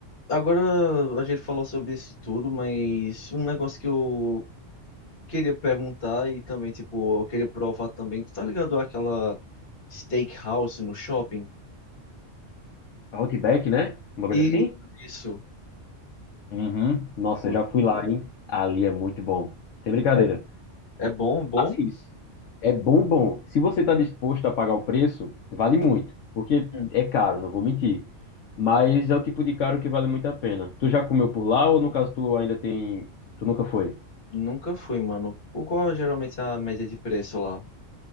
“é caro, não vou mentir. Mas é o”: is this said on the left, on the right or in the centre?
Left